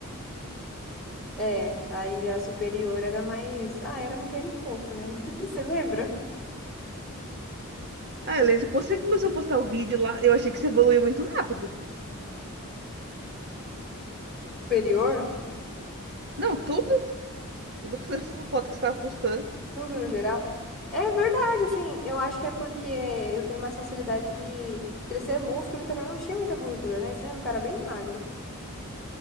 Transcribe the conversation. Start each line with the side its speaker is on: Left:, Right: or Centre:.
Centre: É, aí já superior era mais, ah, era um treino fofo, né? <laughs> Você lembra?
Right: Ah, Helena, você começou a postar o vídeo lá. Eu achei que você evoluiu muito rápido.
Centre: Superior,
Right: Não, tudo. Tudo <laughs> que você- a foto que você estava postando.
Centre: tudo no geral É verdade, assim, eu acho que é porque eu tenho mais facilidade de crescer músculo e também não tinha muita gordura, né? Você era um cara é bem magro.